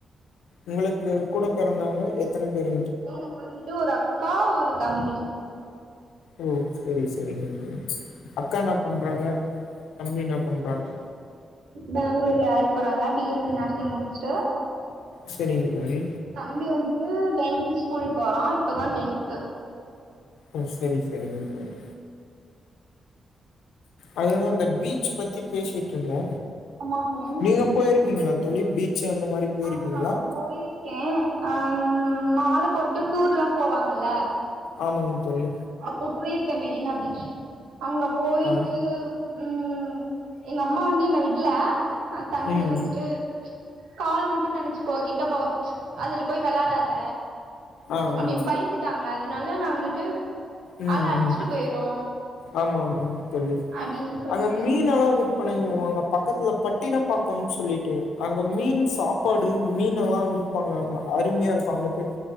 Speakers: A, on the left (about 90°); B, on the right (about 80°).
A: உங்களுக்கு கூட பிறந்தவங்க எத்தன பேரு
B: எனக்கு வந்துட்டு ஒரு அக்கா ஒரு தம்பி
A: ஓ செரி செரிங்க தோழி அக்கா இன்னா பண்றாங்க தம்பி இன்னா பண்றாங்க
B: பெங்ளூர்ல வேலைக்கு போறாங்க பி எஸ் சி நர்சிங் முடிச்சுட்டு
A: செரிங்க தோழி
B: தம்பி வந்துட்டு டென்த் ஸ்கூல் போறா இப்பதா டென்து
A: ஓ செரி செரிங்க தோழி அதுதா அந்த பீச் பத்தி பேசிட்டு இருந்தோ
B: அம்மா பென்
A: நீங்க போயிருக்கீங்களா தோழி பீச்சு அந்த மாரி போயிருக்கீங்களா
B: ஆ நா போயிருக்கே அ ம் மால போட்டு டூர்லா போவாங்கல
A: ஆமாங் தோழி
B: அப்போ போயிருக்கே மெரினா பீச் அங்க போயிட்டு
A: ஆ
B: ம் எங்க அம்மா வந்து என்ன விடல அ தண்ணி
A: ம்
B: வந்துட்டு கால் மட்டோ நெனைச்சுக்கோ கிட்ட போ அதுல போய் வெளாடாத
A: ஆ
B: அப்டி
A: ஆ
B: பயந்துட்டாங்க அதனால நா வந்துட்டு
A: ம்
B: அல
A: ம்
B: அடிச்சுட்டு
A: ம்
B: போயிரு
A: ஆமாங்க தோழி
B: அப்டின்னு சொல்லிட்டு
A: அங்க மீன் னெலா விற்பனை பண்ணுவாங்க பக்கத்துல பட்டினப்பாக்கம்னு சொல்லிட்டு அங்க மீன் சாப் சாப்பாடு மீனெலா விப்பாங்க அங்க அருமையா இருக்கோ அங்க போய்